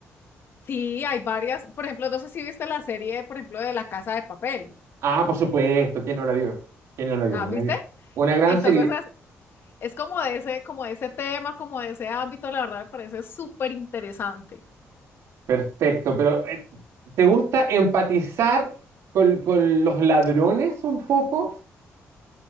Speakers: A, on the left; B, on the right.
A: Sí, hay varias. Por ejemplo, no sé si viste la serie, por ejemplo, de La Casa de Papel.
B: Ah, por supuesto, ¿quién no la vio? ¿Quién no la vio?
A: Ah,
B: Una,
A: ¿viste?
B: una gran
A: Entonces
B: serie.
A: es, es como de ese, como de ese tema, como de ese ámbito, la verdad me parece súper interesante.
B: Perfecto, pero eh, ¿te gusta empatizar con, con los ladrones un poco?